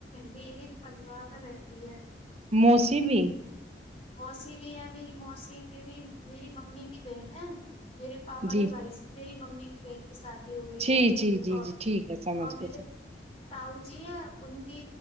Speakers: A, on the left; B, on the right.
A: میرے ایک پریوار میں رہتی ہے
B: موسی بھی
A: موسی بھی ہے میری موسی میری میری ممی کی بہن ہے میرے پاپا
B: جی
A: کے بھائی سے میری ممی کی بہن کی شادی ہو گئی
B: جی
A: ہے
B: جی جی
A: اور
B: جی ٹھیک ہے سمجھ
A: اور
B: کے
A: میرے
B: سب
A: تاو جی ہیں ان کی